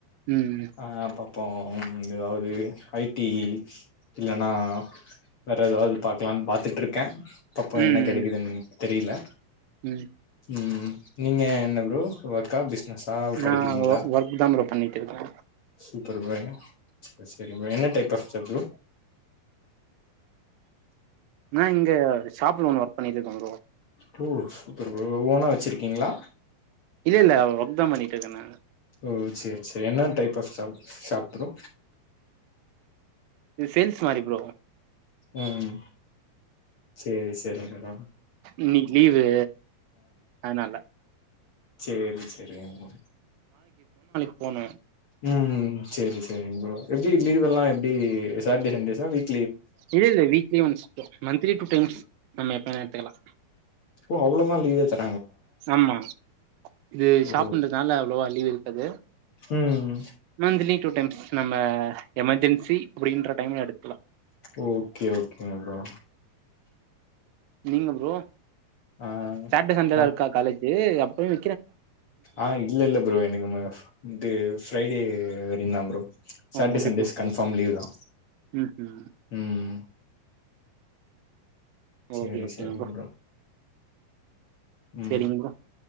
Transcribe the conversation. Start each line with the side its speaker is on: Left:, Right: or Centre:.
Right: ம்
Left: ஆ அப்ப இப்போ ம் ஏதாவது ஐ டி இல்லன்னா அ வேற ஏதாவது பாக்கலான்னு பாத்துட்டு இருக்கே பாப்போ
Right: ம்
Left: என்ன கெடைக்குதுன் தெரியல
Right: ம்
Left: ம் நீங்க என்ன ப்ரோ ஒர்க்கா பிஸ் னஸா படிக்கிறீங்களா
Right: நா ஒர்க் தா ப்ரோ பண்ணிட்டு இருக்கே
Left: சூப்பர் ப்ரோங்க சரி சரி ப்ரோ என்ன டைப் ஆஃப் ஷாப் ப்ரோ?
Right: நா இங்க ஷாப்பு ஓனர் பண்ணிட்ருக்கே ப்ரோ
Left: ப்ரோ சூப்பர் ப்ரோ ஓனா வச்சிருக்கீங்களா?
Right: இல்ல இல்ல ஒர்க்தா பண்ணிட்ருக்கே நானு
Left: ஓ சேரி சேரி என்ன டைப் ஆஃப் ஷா ஷாப் ப்ரோ
Right: இது சேல்ஸ் மாரி ப்ரோ
Left: ம் சேரி சேரி ப்ரோ
Right: இன்னக்கி லீவு அதனால
Left: சேரி சேரிங் ப்ரோ
Right: ஃபோனு
Left: ம் சேரி சேரி ப்ரோ எப்டி லீவ் எல்லா எப்டி சாட்டர்டே சண்டேஸா வீக்
Right: இல்ல இல்ல weekly once bro monthly two times நம்ம எப் ப வேண்ணா எடுத்துக்கலா.
Left: ஓ அவ்ளதா லீவே தர்
Right: ஆமா இது
Left: ஓ
Right: ஷாப்புன்றதுனால அவ்ளவா லீவு இருக்காது
Left: ம்
Right: மந்த்லி டூ டைம்ஸ் நம்ம எமர்ஜென்சி அப்படின்ற டைம்ல எடுக்கலா
Left: ஓகே ஓகேங் ப்ரோ.
Right: நீங்க ப்ரோ?
Left: ஆ
Right: சாட்டர்டே சண்டேலா
Left: ஆ
Right: இருக்கா காலேஜு அ பயு
Left: ஆ இல்ல இல்ல ப்ரோ எனக்கு ம ஃப் இது ஃப்ரைடே வரைக்குந்தா ப்ரோ
Right: ஓ
Left: Saturday
Right: Monday
Left: Sundays
Right: to Friday
Left: confirm லீவுதா
Right: ம் ம்
Left: ம் சேரி
Right: ஓகே ஓகேங்
Left: சேரிங்
Right: ப்ரோ
Left: ம்
Right: சேரிங்க ப்ரோ